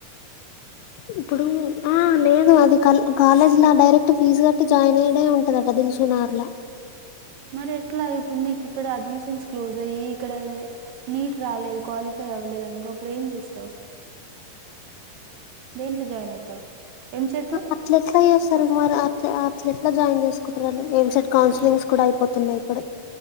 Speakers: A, on the left; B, on the right.
A: ఇప్పుడూ ఆ లేదు అది కల్ కాలేజ్లా డైరెక్ట్ ఫీజు కట్టి జాయిన్ అయ్యుడే ఉంటదట దిల్షుక్ నగర్ లా.
B: మరి ఎట్లా ఇప్పుడు నీకు ఇక్కడా అడ్మిషన్స్ క్లోజ్ అయ్యీ ఇక్కడా నీట్ రాలేదు క్వాలిఫై అవ్వలేదు అనుకో అప్పుడు ఏం చేస్తావు. దేంట్లో జాయిన్ అయితావు ఎమ్ సెట్టు.
A: అట్లాఎట్ల చేస్తారు మరి అట్ల అట్ల ఎట్లా జాయిన్ చేసుకుంటరు ఆళ్ళు ఏం సెట్ కౌన్సిలింగ్స్ కూడా అయిపోతున్నాయి ఇప్పుడే.